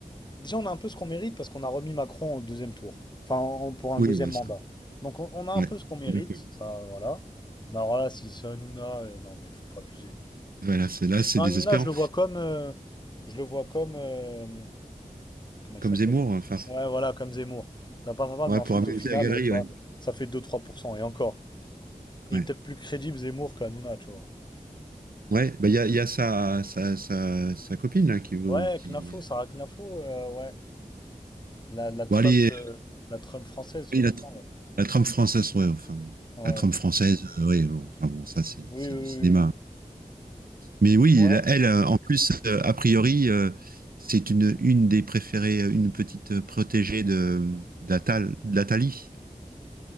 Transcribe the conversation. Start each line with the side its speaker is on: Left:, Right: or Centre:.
Left: Déjà, on a un peu ce qu'on mérite parce qu'on a remis Macron au deuxième tour. Enfin, en- pour un
Right: Oui,
Left: deuxième
Right: bah,
Left: mandat.
Right: ça,
Left: Donc, on, on a un
Right: ouais,
Left: peu ce qu'on
Right: je
Left: mérite.
Right: suis d'accord.
Left: Ça, voilà. Mais alors là, si c'est Hanouna, euh, non, mais faut pas abuser.
Right: Voilà, c'est, là, c'est
Left: Hanouna,
Right: désespérant.
Left: je le vois comme. euh, je le vois comme. euh, comment il
Right: Comme
Left: s'appelle?
Right: Zemmour, enfin,
Left: Ouais, voilà, comme Zemmour. Ça passe pas mal,
Right: ouais,
Left: mais ensuite,
Right: pour amuser
Left: au final,
Right: la galerie,
Left: euh, tu
Right: ouais.
Left: vois, ça fait deux trois pour cent Et encore. Il
Right: Ouais,
Left: est peut-être plus crédible Zemmour qu'Hanouna, tu vois.
Right: Ouais, bah, il y a, il y a sa, sa, sa, sa copine là, qui veut.
Left: Ouais,
Right: Qui...
Left: Knafo, Sarah Knafo, euh, ouais. La, la Trump,
Right: Bon, allez,
Left: euh, la Trump française, soi-disant,
Right: il a
Left: là.
Right: La trame française, ouais, enfin bon.
Left: Ouais.
Right: La trame française, euh, ouais, bon, enfin bon, ça c'est
Left: Oui,
Right: c'est
Left: oui,
Right: du
Left: oui,
Right: cinéma.
Left: oui. oui.
Right: Mais oui,
Left: Ouais.
Right: la- elle, euh, en plus, euh, a priori, euh, c'est une, une des préférées, euh, une petite protégée de d'Atal, d'Atali.